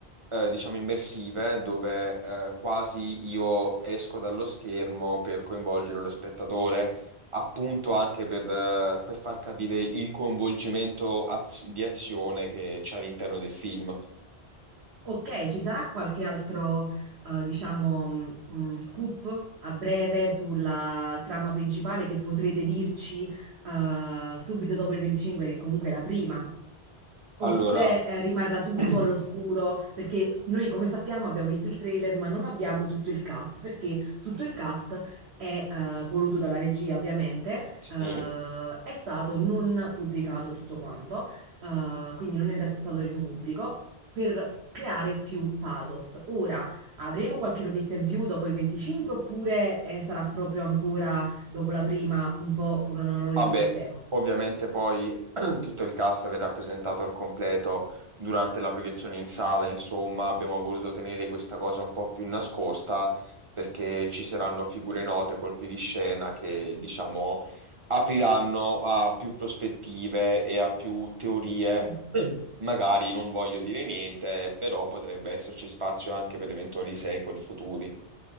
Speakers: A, on the right (about 40°); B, on the right (about 75°).
A: eh, diciamo, immersive, dove eh, quasi io esco dallo schermo per coinvolgere lo spettatore, appunto anche per, eh, per far capire il coinvolgimento az- di azione che c'è all'interno del film.
B: Ok, ci sarà qualche altro, eh, diciamo, mh, mh, scoop a breve sulla trama principale che potrete dirci, eh, subito dopo il 25, che comunque è la prima. Oppure
A: Allora,
B: eh, rimarrà tutto
A: <clears throat>
B: all'oscuro, perché noi come sappiamo abbiamo visto il trailer, ma non abbiamo tutto il cast, perché tutto il cast è eh, voluto dalla regia, ovviamente,
A: sì.
B: eh, è stato non pubblicato tutto quanto, eh, quindi non era stato reso pubblico. Per creare più pathos. Ora avremo qualche notizia in più dopo il 25 oppure eh, sarà proprio ancora dopo la prima, un po' con un alone
A: Vabbè,
B: di mistero?
A: ovviamente poi <clears throat> tutto il cast verrà presentato al completo durante la proiezione in sala, insomma, abbiamo voluto tenere questa cosa un po' più nascosta perché ci saranno figure note, colpi di scena che, diciamo, apriranno a più prospettive e a più teorie.
B: <coughs> <clears throat>
A: <clears throat> Magari non voglio dire niente, però potrebbe esserci spazio anche per eventuali sequel futuri.